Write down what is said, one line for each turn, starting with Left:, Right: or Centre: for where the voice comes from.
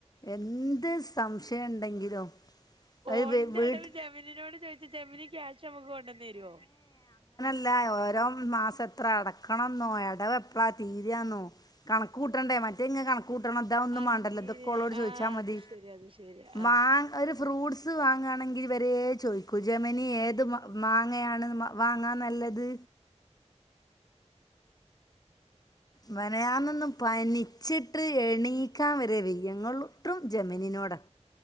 Left: എന്ത് സംശയം ഇണ്ടെങ്കിലും
Right: ഫോണിന്റെ
Left: അത് വെ വീട്ട്
Right: അടവ് ജെമിനിനോട് ചോദിച്ച ജെമിനി ക്യാശ് നമ്മക്ക് കൊണ്ടോന്നരോ
Left: ല്ല ഓരോ മാസം എത്ര അടക്കണന്നോ അടവ് എപ്പളാ തീരാന്നോ കണക്ക് കൂട്ടണ്ടേ മറ്റേങ്ങ കണക് കൂട്ടണം ഇത ഒന്നും
Right: അങ്ങനെ
Left: മാണ്ടല്ലോ ഇതൊക്കെ ഓളോട് ചോദിച്ചാൽ
Right: ആ
Left: മതി
Right: അത് ശരി അത് ശരി ആ
Left: മാ ഒരു ഫ്രൂട്ട്സ് വാങ്ങാണെങ്കിൽ വരേ ചോയ്ക്കും ജെമനി ഏത് മാ മാങ്ങയാണ് വാങ്ങാ നല്ലത് മെനയാന്നൊന്ന് പനിച്ചിട്ട് എണീക്കാൻ വരെ വെയ്യ ങ്ങളൂ ട്രും ജെമനിനോടാ